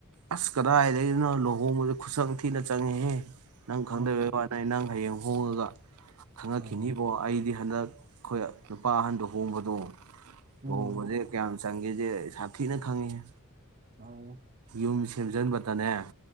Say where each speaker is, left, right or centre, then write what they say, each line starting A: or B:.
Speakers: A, on the right (about 80°); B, on the right (about 35°).
A: ꯑꯁ ꯀꯗꯥꯏꯗꯒꯤꯅꯣ ꯂꯨꯍꯣꯡꯕꯗ ꯈꯨꯆꯪ ꯊꯤꯅ ꯆꯪꯉꯦꯍꯦ ꯅꯪ ꯈꯪꯗꯕ
B: ꯎꯝ
A: ꯋꯥ ꯅꯦ ꯅꯪ ꯍꯌꯦꯡ ꯍꯣꯡꯉꯒ ꯈꯪꯉꯛꯈꯤꯅꯤꯕꯣ
B: ꯎꯝ
A: ꯑꯩꯗꯤ ꯍꯟꯗꯛ ꯑꯩꯈꯣꯏ ꯅꯨꯄꯥ ꯑꯍꯟꯗꯣ ꯍꯣꯡꯕꯗꯣ ꯂꯣꯍꯣꯡꯕꯥꯖꯦ
B: ꯎꯝ
A: ꯀꯌꯥꯝ ꯆꯪꯒꯦꯁꯦ ꯁꯥꯊꯤꯅ ꯈꯪꯉꯦꯍꯦ
B: ꯑꯎ
A: ꯌꯨꯝ ꯁꯦꯝꯖꯤꯟꯕꯗꯅꯦ